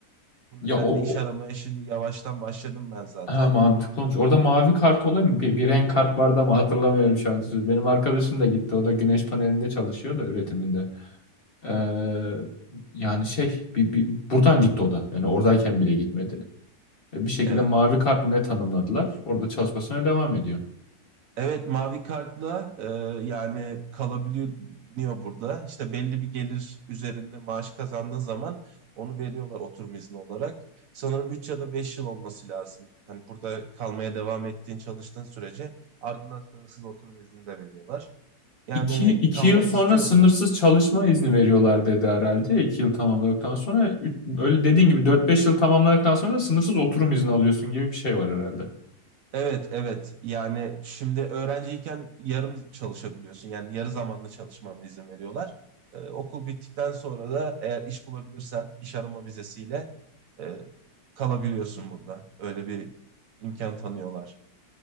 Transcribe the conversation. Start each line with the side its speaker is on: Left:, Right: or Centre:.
Right: Bu
Left: Ya
Right: nedenle
Left: o,
Right: iş aramaya şimdi yavaştan başladım ben zaten.
Left: Ha, mantıklı olmuş. Orada mavi kart oluyor mu? Bir, bir renk kart vardı ama hatırlamıyorum şu an. Benim arkadaşım da gitti. O da güneş panelinde çalışıyor da üretiminde. Ee, yani şey bir, bir- buradan gitti o da. Yani oradayken bile gitmedi. E, Bir şekilde
Right: Evet.
Left: mavi kart mı ne tanımladılar. Orada çalışmasına devam ediyor.
Right: Evet mavi kartla e, yani kalabiliyor burada. İşte belli bir gelir üzerinde maaş kazandığın zaman onu veriyorlar oturum izni olarak. Sanırım 3 ya da 5 yıl olması lazım. Hani burada kalmaya devam ettiğin çalıştığın sürece ardından sınırsız oturum izni de veriyorlar. Yani
Left: İki, iki
Right: kalmak
Left: yıl sonra
Right: istiyorum
Left: sınırsız
Right: ben.
Left: çalışma izni veriyorlar dedi herhalde. İki yıl tamamladıktan sonra üç- öyle dediğin gibi dört beş yıl tamamladıktan sonra da sınırsız oturum izni alıyorsun gibi bir şey var herhalde.
Right: Evet, evet. Yani şimdi öğrenciyken yarım çalışabiliyorsun. Yani yarı zamanlı çalışmana izin veriyorlar. Ee, okul bittikten sonra da eğer iş bulabilirsen iş arama vizesiyle e, kalabiliyorsun burada. Öyle bir imkan tanıyorlar.